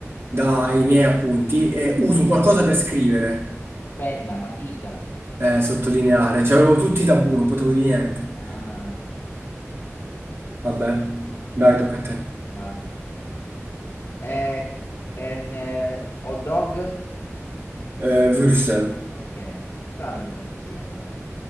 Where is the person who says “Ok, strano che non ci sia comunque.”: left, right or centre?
Left